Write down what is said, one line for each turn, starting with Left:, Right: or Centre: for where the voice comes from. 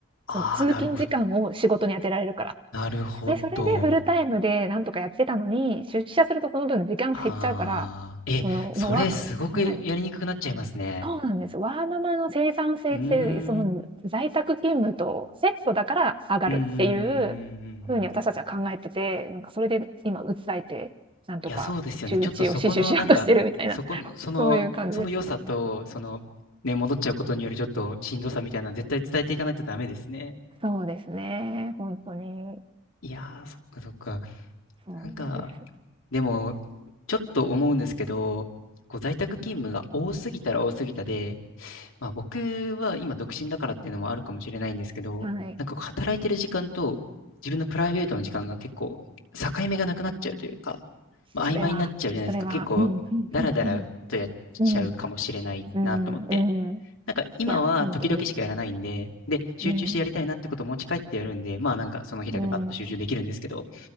Left: ああ、
Right: その通勤時間を仕事に当てられるから。
Left: なるほど。なるほど。
Right: で、それでフルタイムでなんとかやってたのに、出社するとその分時間減っちゃうから、
Left: ああ、え、
Right: その、
Left: それすごくやりにくくなっちゃいますね。
Right: もうわはい。そうなんです。ワーママの生産性って、
Left: うーん、うん
Right: その、在宅勤務とセットだから上がるっていう風に私たちは考えてて、
Left: うんうんうんうんうん。
Right: なんかそれで今訴えて、なんとか週一を死守しようとしてるみたいな、
Left: いや、そうですよね。ちょっとそこの、なんか、そこの、その、
Right: そういう感じです。
Left: その良さと、その、ね、戻っちゃうことによるちょっとしんどさみたいな、絶対伝えていかないとダメですね。
Right: そうですね、ほんとに。
Left: いやー、そっかそっか。
Right: そうなんです。
Left: なんか、でも、ちょっと思うんですけど、こう在宅勤務が多すぎたら多すぎたで、まあ、僕は今独身だからっていうのもあるかもしれないんですけど、
Right: はい。
Left: なんかこう働いてる時間と自分のプライベートの時間が結構境目がなくなっちゃうというか、まあ、
Right: それはそれは、
Left: 曖昧になっちゃうじゃないですか。結構ダラダラとやっちゃうかもしれないなと思って。
Right: うん、ふんふんふん。うん、うん、うん
Left: なんか今は時々しかやらないんで、
Right: いや、本当に。
Left: で、集中してやりたいなってことを持ち帰ってやるんで、
Right: うん。
Left: まあなんかその日だけバッと集中できるんですけど、
Right: うん。